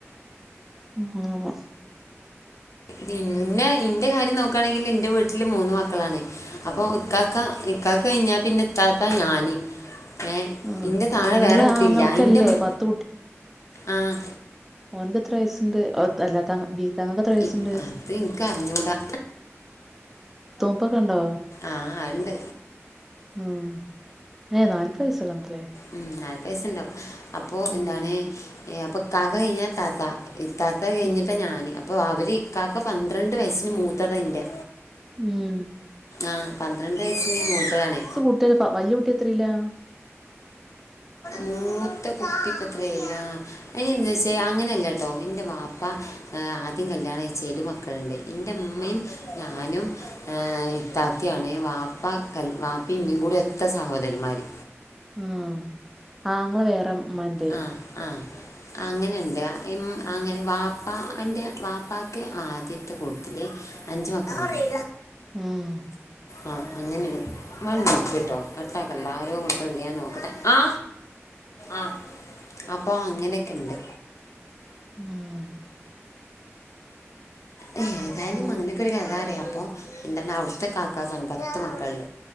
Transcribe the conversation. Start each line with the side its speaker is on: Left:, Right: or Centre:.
Centre: അങ്ങനെ
Left: പിന്നെ എന്റെ കാര്യം നോക്കുകയാണെങ്കിൽ എന്റെ വീട്ടില് മൂന്ന് മ മക്കളാണേ അപ്പോൾ ഇക്കാക്ക ഇക്കക്ക് കഴിഞ്ഞാൽ പിന്നെ ഇത്താത്ത ഞാന് ഏഹ്
Centre: ആഹ്
Left: ഇന്റെ താഴേ
Centre: ഇങ്ങളെ
Left: വേറെ കുട്ടിയില്ല
Centre: ആങ്ങൾക്കല്ലേ
Left: എന്റെമ്മ
Centre: പത്ത്
Left: ആഹ്
Centre: ഓൻക് എത്ര വയസുണ്ട് അല്ലാ ത തങ്ങൾക്ക് എത്ര വയസ്സുണ്ട്
Left: ഇപ്പ അത് എനക്ക് അറിഞ്ഞൂടാ
Centre: ഇപ്പൊ കണ്ടോ
Left: ആഹ് അണ്ട്
Centre: ഉം ഏ നാല്പ് വയസക്കെണ്ട്ല്ലേ
Left: ഉം നാല്പ് വയസുണ്ടാവും അപ്പോ എന്താണ്
Centre: ഉം
Left: അപ്പൊ ഇക്കക കഴിഞ്ഞാ ഇതാത്ത ഇത്താത്ത കഴിഞ്ഞിട്ടാണ്
Centre: ഉം
Left: ഞാന് അപ്പോൾ അവർ ഇക്കക്ക് പന്ത്രണ്ട് വയസ്സിന് മൂത്തതതിൻ്റെ
Centre: ഉം
Left: ആഹ് പന്ത്രണ്ട് വയസ്സിന് മൂത്തതാണേ
Centre: ഇ ക കുട്ടിയ വല്യ കുട്ടി എത്രല്ലാ
Left: മൂത്ത കുട്ടി ഇപ്പൊ എത്രയിലാ ഏയ്യ എന്ന് വച്ചാ അങ്ങനെയല്ല കേട്ടോ എന്റെ ബാപ്പ ആദ്യം കല്യാണം കഴിച്ചേൽ മക്ക മക്കളുണ്ട് എന്റെ ഉമ്മയും ഞാനും ഏ ഇത്താത്തിയാണ് വാപ്പ വാപ്പി ഇമ്മയും കൂടി എത്ര സഹോദരമാര്
Centre: ഉം ആങ്ങള വേറെമാന്റെ
Left: ആ ആ അങ്ങനെയുണ്ട് ഇമ്മ അങ്ങനെ വാപ്പാ എൻ്റെ വാപ്പക്ക് ആദ്യത്തെ കൂടതില് അഞ്ച് മക്കള്
Centre: ആഹ്
Left: ആഹ് അങ്ങനെ വൺ മിനിറ്റ് കേട്ടോ കട്ടാക്കണ്ട ആരോ മുട്ടണ് ഒണ്ട് ഞാൻ നോക്കട്ടെ ആ ആഹ് അപ്പൊ അങ്ങനെക്കെ ഇണ്ട്
Centre: മ്മ്
Left: എന്തായലും
Centre: ഉം
Left: അങ്ങനെ <unintelligible> റിയാം അപ്പം എന്തണ അവിടുത്തെ കാക്കാണ് പത്ത് മക്കള്